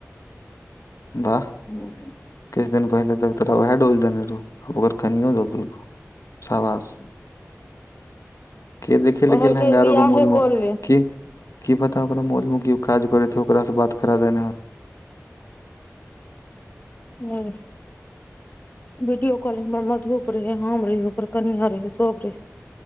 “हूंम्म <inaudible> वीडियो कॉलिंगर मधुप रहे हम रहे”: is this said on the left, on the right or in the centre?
Left